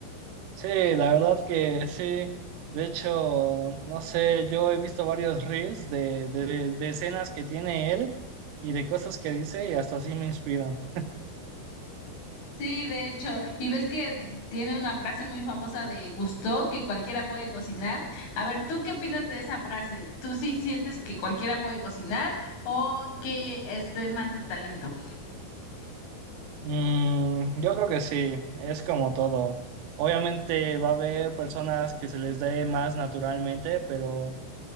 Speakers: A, on the right; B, on the left.
A: Sí, la verdad que sí. De hecho, no sé, yo he visto varios reels de, de, de escenas que tiene él y de cosas que dice y hasta así me inspiran.
B: Sí, de hecho, y ves que tiene una frase muy famosa de Gusteau, que cualquiera puede cocinar. A ver, ¿tú qué opinas de esa frase? ¿Tú sí sientes que cualquiera puede cocinar o que es de más de talento?
A: Mm, yo creo que sí, es como todo. Obviamente va a haber personas que se les dé más naturalmente, pero